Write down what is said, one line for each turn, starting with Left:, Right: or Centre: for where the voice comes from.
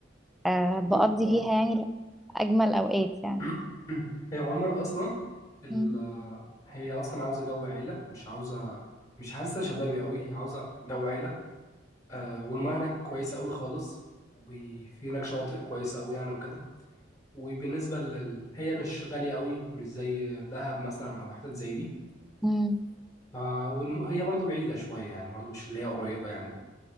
Centre: آه بقضي
Left: أكيد طبعا
Centre: فيها يعني اجمل اوقات يعني
Left: <clears throat> هي عموما أصلا ال
Centre: مم.
Left: هي أصلا عاوزة جو عيلة مش عاوزة مش حاسة شبابي أوي هي عاوزة جو عيلة آه والمياه هناك كويسة أوي خالص وفي هناك شواطئ كويسة أوي يعني وكده وبالنسبة لل... هي مش غالية قوي مش زي دهب مثلا أو حتت زي دي
Centre: مم.
Left: ف... والم... هي برضو بعيدة شوية يعني برضو مش اللي هي قريبة يعني